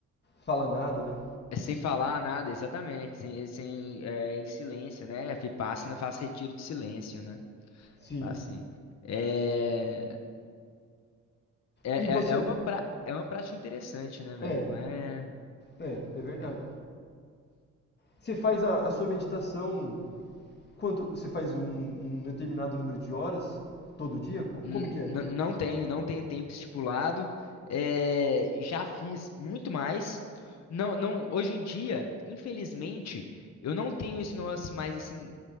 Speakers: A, on the left; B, on the left.
A: falar nada, né?
B: É sem falar nada, exatamente. Sem, sem, é, em silêncio, né? Vipassana faz retiro de silêncio, né?
A: Sim.
B: Faz assim. É, é,
A: E você,
B: é é uma, pra, é uma prática interessante, né, velho?
A: é,
B: Não é.
A: é, é verdade.
B: é
A: Você faz a, a sua meditação quanto? Você faz um, um determinado número de horas todo dia? Co- Como
B: N-
A: que é?
B: n- Não tenho, não tenho tempo estipulado. É, já fiz muito mais. Não, não, hoje em dia, infelizmente, eu não tenho isso nós mais assim